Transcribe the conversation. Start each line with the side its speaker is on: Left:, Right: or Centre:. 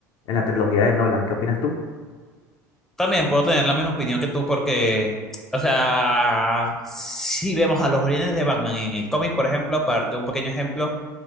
Left: en la trilogía de Nolan. ¿Qué opinas tú?
Centre: También puedo tener la misma opinión que tú porque, o sea, si vemos a los orígenes de Batman en el cómic, por ejemplo, para darte un pequeño ejemplo,